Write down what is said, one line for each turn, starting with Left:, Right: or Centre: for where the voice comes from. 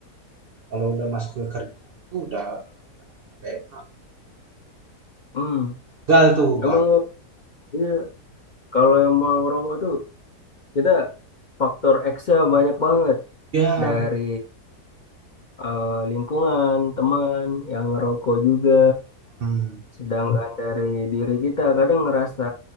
Right: Kalau udah masuk ke kerjaan itu udah nggak enak.
Left: Hmm.
Right: Gagal tuh,
Left: Emang
Right: gagal.
Left: Bang, iya, kalau emang ngerokok tuh kita faktor X-nya banyak banget
Right: Ya
Left: dari
Right: benar
Left: eh, lingkungan, teman, yang ngerokok juga.
Right: mhm,
Left: Sedangkan dari diri kita kadang ngerasa